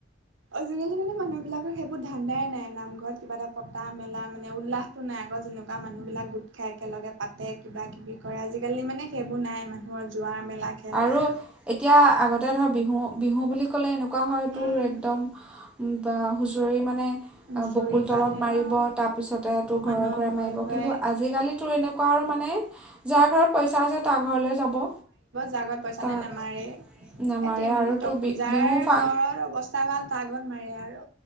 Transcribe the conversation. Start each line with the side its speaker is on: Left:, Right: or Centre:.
Right: আজিকালি মানে মানুহ বিলাকৰ সেইবোৰ ধান্দাই নাই, নামঘৰত কিবা এটা পতা মেলা মানে উল্লাহটো নাই আগৰ যেনেকুৱা মানুহ বিলাক গোট খাই একেলগে পাতে কিবা কিবি কৰে আজিকালি মানে সেইবোৰ নাই মানুহৰ যোৱা মেলা। খেল
Centre: আৰু
Right: নাই
Centre: এতিয়া আগতে ধৰ- বিহু বিহু বুলি ক'লে এনেকুৱা হয় তোৰ
Right: উম
Centre: একদম বা হুঁচৰি মানে,
Right: হুঁচৰি
Centre: বকুল
Right: পা
Centre: তলত
Right: ধৰি
Centre: মাৰিব
Right: অ
Centre: তাৰপিছতে তোৰ
Right: মানুহৰ
Centre: ঘৰে ঘৰে মাৰিব
Right: ঘৰে
Centre: কিন্তু আজিকালিটো এনেকুৱা আৰু তো মানে যাৰ ঘৰত পইচা আছে তাৰ ঘৰলৈ যাব।
Right: যা ঘত পইচা
Centre: তাক
Right: নাই নামাৰে
Centre: নামাৰে
Right: এইটোৱে মানে
Centre: আৰু তোৰ বি
Right: যাৰ
Centre: বিহু ফাং
Right: ঘৰত অৱস্থা ভাল তাৰ ঘৰত মাৰে আৰু-